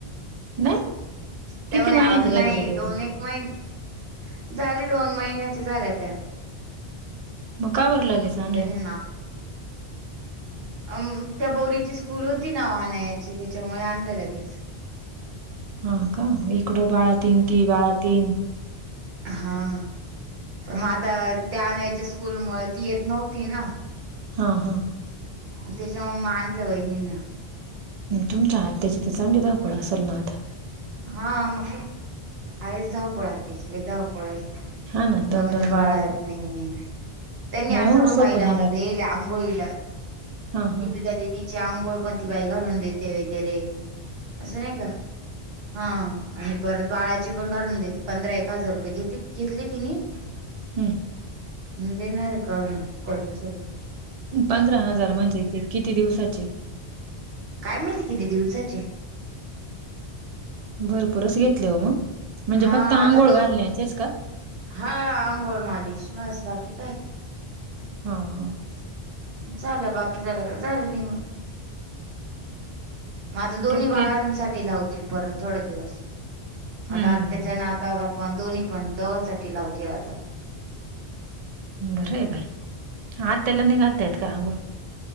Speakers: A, on the right (about 55°); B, on the right (about 70°).
A: नाही
B: त्या
A: किती
B: म्हणे
A: महिन्याची झाली
B: नाही,
A: डिलिव्हरी
B: दोन एक महिने झाली, दोन महिन्याच्या झाल्या त्या,
A: मग का बरं लागेच आणलं?
B: त्याने अ, त्या पोरीची स्कूल होती ना वानयाची, त्याच्यामुळे आणलं लगेच.
A: हा का, इकडं बाळा तीन, ती बाळा तीन.
B: हां, पण मग आता त्या आणनयच्या स्कूल मुळ ती येत नव्हती ना.
A: हा, हा,
B: ग त्याच्यामुळ म आनलं वहिणींना,
A: तुमच्या आत्याची तर चांगली दावपळ असेल ना आता.
B: हां, मग काय, आहेच धावपळ आत्याची लय धावपळ हाय.
A: हा ना
B: दोन, दोन
A: बाळा
B: बाळ आहेत निऽ त्यांनी
A: नाही
B: असं
A: हो
B: पण
A: सोपं
B: बाई लावून
A: नाही राहत
B: देल्या आंघोळीला
A: हा हा
B: दीपिका दिदी ची आंघोळ पणतीी बाई घालून देते वगैरे असं नाही का हा आणि परत बाळाचे पण घालून देते पंधरा एक हजार रुपये घेत घेतली तिनी. ह <inaudible>
A: हम्
B: देणार रे काडुन करून सवरून.
A: पंधरा हजार म्हणजे ते किती दिवसाचे?
B: काय माहिती किती दिवसाचे.
A: भरपूरच घेतले ओ मग. म्हणजे
B: हा
A: फक्त आंघोळ
B: आता दो
A: घालण्याचेच का
B: हा आंघोळ मालिश बस बाकी काय.
A: हा हा <inaudible>
B: चालं बाकी झालं का चालले निघून. मग आता दोन्ही
A: देते
B: बाळांसाठी लावतील, परत थोडे दिवस,
A: हम्म
B: आता आत्याच्यि नाव तर पण दोन्ही पण दोघांसाठी लावतीय आता.
A: बरं आहे बाई,, आत्याला नयी घालता येत का अंघोळ?